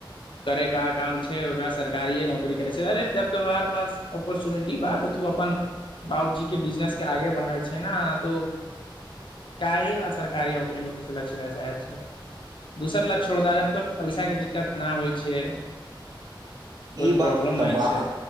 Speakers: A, on the left; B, on the right.
A: करे क काम छै ओकरा सरकारिए नौकरी करे छै जब तो हमारे पास अपोर्चुनिटी बात ह तू अपन बाबूजी के बिजनेस के आगे बढ़ावे छै त क सरकारी नौकरी मे घुसय छै दूसर ल छोड़ द दे जब तो पैसा अचछाके दिक्कत नहि होइ छै कोइ
B: ई बात
A: प्रॉब्लम
B: त
A: नहि
B: बा
A: छै